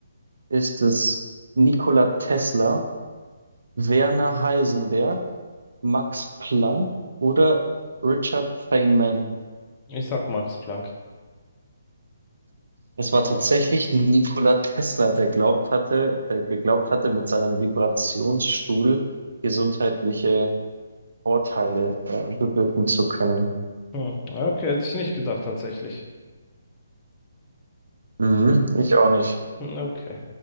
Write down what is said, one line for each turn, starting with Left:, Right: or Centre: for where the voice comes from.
Right: Ist es Nikola Tesla, Werner Heisenberg, Max Planck oder Richard Feynman?
Left: Ich sag Max Planck.
Right: Es war tatsächlich Nikola Tesla, der glaubt hatte, der geglaubt hatte, mit seinem Vibrationsstuhl gesundheitliche Vorteile äh, bewirken zu können.
Left: Hm. Ja, Okay, hätte ich nicht gedacht, tatsächlich.
Right: Mhm, ich auch nicht.
Left: Hm, Okay.